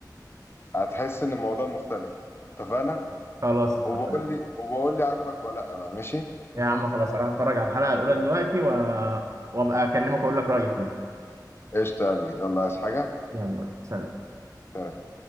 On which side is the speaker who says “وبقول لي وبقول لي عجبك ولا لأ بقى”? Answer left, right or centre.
Left